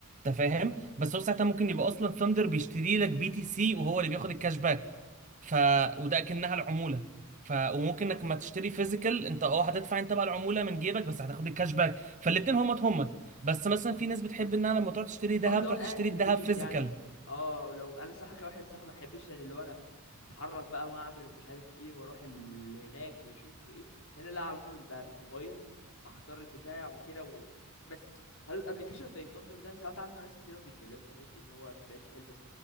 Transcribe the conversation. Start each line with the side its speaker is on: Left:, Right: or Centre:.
Right: انت فاهم بس هو ساعتها ممكن يبقى اصلا ثاندر بيشتري لك بي تي سي وهو اللي بياخد الكاش باك ف
Left: اصلا
Right: وده اكنها العموله ف وممكن
Left: اه
Right: انك ما تشتري فيزيكال انت اه هتدفع انت بقى العموله من جيبك بس هتاخد الكاش باك فالاتنين همت همت بس مثلا في ناس بتحب انها لما تروح تشتري ذهب
Left: اه اللي هو
Right: تروح
Left: انا
Right: تشتري
Left: قاعد في
Right: الذهب
Left: البيت
Right: فيزيكال
Left: يعني اه لو انا الصراحه كواحد صح ما احبش يعني اللي هو انا اتحرك بقى واعمل ومش عارف ايه واروح ال... هناك واشوف وايه هنا لا على طول بقى من الموبايل اختار البتاع وكده و... بس هل الابلكيشن زي ثاندر ده انا سمعت عنه ناس كتير قوي بيتكلموا مش عارف ايه اللي هو ماشي حلو بس